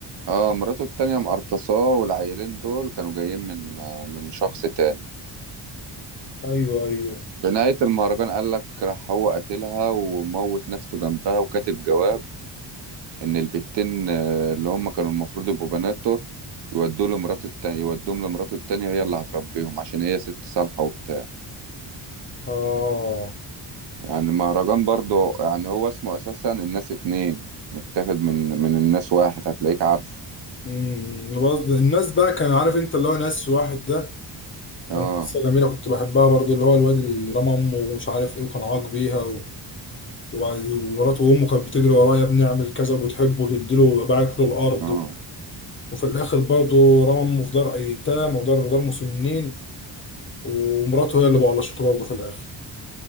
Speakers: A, on the right; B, on the left.
A: اه مراته التانية مقرطصاه والعيلين دول كانوا جايين من آه، من شخص تاني
B: ايوه ايوه
A: في نهاية المهرجان قال لك راح هو قتلها وموت نفسه جنبها وكاتب جواب ان البتين آه، اللي هم كانوا المفروض يبقوا بناته يودوا له مراته التانية يودوهم لمراته التانية هي اللي هتربيهم عشان هي ست صالحة وبتاع
B: اه
A: يعني المهرجان برضو يعني هو اسمه اساسا الناس اتنين متاخد من من الناس واحد هتلاقيك عارفه
B: امم بس الناس بقى كان عارف انت اللي هو ناس واحد ده
A: اه
B: كان قصه جميله كنت بحبها برضو اللي هو الواد اللي رمى امه ومش عارف ايه وكان عاق بيها و... وعايز- ومراته وامه كانت بتجري وراه يا ابني اعمل كذا وبتحبه وتديله باعت له الارض
A: اه
B: وفي الاخر برضو رمى امه في دار ايتام ودار دار مسنين ومراته هي اللي بقلشته برضه في الاخر